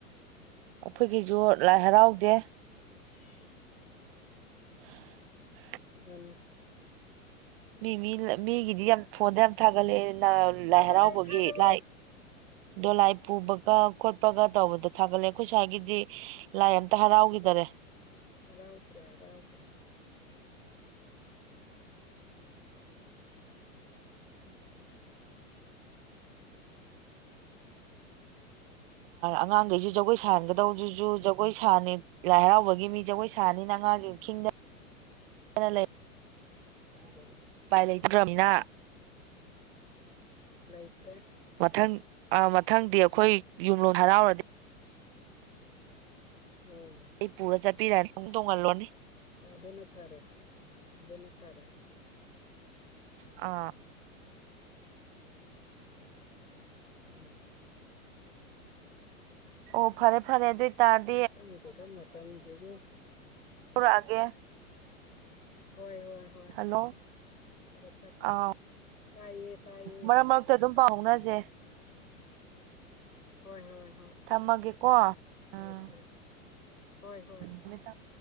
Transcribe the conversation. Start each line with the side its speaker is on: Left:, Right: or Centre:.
Right: ꯑꯩꯈꯣꯏꯒꯤꯁꯨ ꯂꯥꯏ ꯍꯔꯥꯎꯗꯦ
Left: ꯎꯝ <unintelligible>
Right: <inaudible>
Left: ꯑꯗꯨꯅꯤ
Right: ꯃꯤ ꯃꯤ ꯃꯤꯒꯤꯗꯤ ꯌꯥꯝ ꯐꯣꯟꯗ ꯌꯥꯝ ꯊꯥꯒꯠꯂꯛꯑꯦꯅ
Left: ꯁꯥꯒꯠꯂꯛꯑꯦ
Right: ꯂꯥꯏ ꯍꯔꯥꯎꯕꯒꯤ
Left: ꯁꯥꯒꯠꯂꯛꯑꯦ
Right: ꯂꯥꯏ ꯗꯣꯂꯥꯏ ꯄꯨꯕꯒ ꯈꯣꯠꯄꯒ ꯇꯧꯕꯗ ꯊꯥꯒꯠꯂꯦ ꯑꯩꯈꯣꯏ ꯁ꯭ꯋꯥꯏꯒꯤꯗꯤ ꯂꯥꯏ ꯑꯃꯝꯇ ꯍꯔꯥꯎꯈꯤꯗꯔꯦ
Left: ꯍꯥꯔꯥꯎꯗ꯭ꯔꯦ ꯍꯥꯔꯥꯎꯗ꯭ꯔꯦ <unintelligible>
Right: ꯑꯉꯥꯡꯈꯩꯁꯨ ꯖꯒꯣꯏ ꯁꯥꯍꯟꯒꯗꯧꯗꯨꯁꯨ ꯖꯒꯣꯏ ꯁꯥꯅꯤ ꯂꯥꯏ ꯍꯔꯥꯎꯕꯒꯤ ꯃꯤ ꯖꯒꯣꯏ ꯁꯥꯅꯤꯅ ꯑꯉꯥꯡꯁꯤꯡ ꯈꯤꯡꯗꯅ ꯂꯩ
Left: ꯑꯗꯨꯅꯤ
Right: ꯂꯩꯇ꯭ꯔꯕꯅꯤꯅ
Left: ꯎꯝ ꯂꯩꯇ꯭ꯔꯦ
Right: ꯃꯊꯪ ꯑ ꯃꯊꯪꯗꯤ ꯑꯩꯈꯣꯏ ꯌꯨꯝꯂꯣ ꯍꯔꯥꯎꯔꯗꯤ
Left: ꯎꯝ
Right: ꯑꯩ ꯄꯨꯔ ꯆꯠꯄꯤꯔꯅꯤ ꯇꯣꯡꯍꯜꯂꯣꯅꯦ
Left: ꯑꯗꯨꯅ ꯐꯔꯦ ꯑꯗꯨꯅ ꯐꯔꯦ
Right: ꯑꯥ
Left: ꯎꯝ
Right: ꯑꯣ ꯐꯔꯦ ꯐꯔꯦ ꯑꯗꯨ ꯑꯣꯏꯇꯥꯔ
Left: ꯈꯪꯗꯦꯗ ꯃꯇꯝꯁꯤꯒꯤ
Right: ꯇꯧꯔꯛꯑꯒꯦ
Left: <unintelligible> ꯍꯣꯏ ꯍꯣꯏ ꯍꯣꯏ
Right: ꯍꯜꯂꯣ
Left: ꯐꯔꯦ ꯐꯔꯦ
Right: ꯑꯥ
Left: ꯇꯥꯏꯌꯦ ꯇꯥꯏꯌꯦ
Right: ꯃꯔꯛ ꯃꯔꯛꯇ ꯑꯗꯨꯝ ꯄꯥꯎ ꯐꯥꯎꯅꯁꯦ
Left: ꯑꯝ ꯍꯣꯏ ꯍꯣꯏ ꯍꯣꯏ
Right: ꯊꯝꯃꯒꯦꯀꯣ
Left: ꯐꯔꯦ
Right: ꯎꯝ
Left: ꯐꯔꯦ ꯍꯣꯏ ꯍꯣꯏ
Right: ꯊꯝꯃꯦ ꯊꯝꯃꯦ